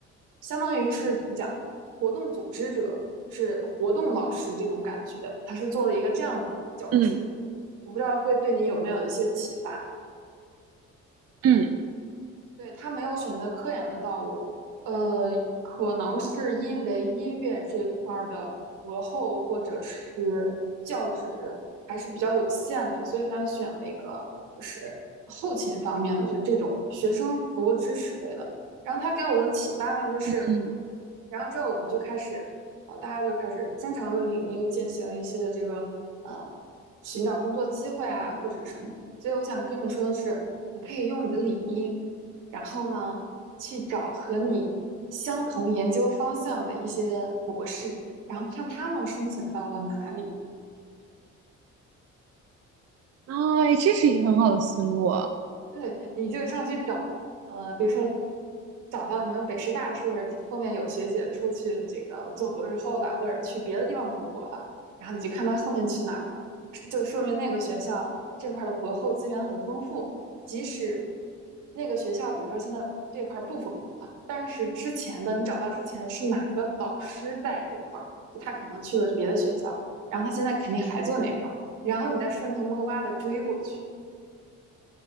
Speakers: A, on the right; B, on the right.
A: 相当于是怎么讲，活动组织者，是活动老师这种感觉，他是做了一个这样的教职，
B: 嗯
A: 我不知道会对你有没有一些启发。
B: 嗯
A: 对，他没有选择科研的道路，呃，可能是因为音乐这块儿的博后或者是教职还是比较有限的，所以他选了一个就是后勤方面的，就这种学生服务支持类的。然后他给我的启发呢，就是，
B: 嗯，
A: 然后之后我们就开始，呃，大家就开始经常的领英进行一些这个呃寻找工作机会啊或者是什么。所以我想跟你说的是，你可以用你的领英。然后呢，去找和你相同研究方向的一些博士，然后看他们申请到了哪里，
B: 啊，哎这是一个很好的思路，
A: 对，你就上去找，呃，比如说找到你们北师大是不是后面有学姐出去这个做博士后了，或者去别的地方读博了，然后你就看她后面去哪儿了，就说明那个学校这块儿的博后资源很丰富，即使那个学校比如说现在这块儿不丰富了，但是之前的你找到之前是哪个导师带这块儿，就他可能去了别的学校，然后他现在肯定还做那块儿，然后你再顺藤摸瓜的追过去。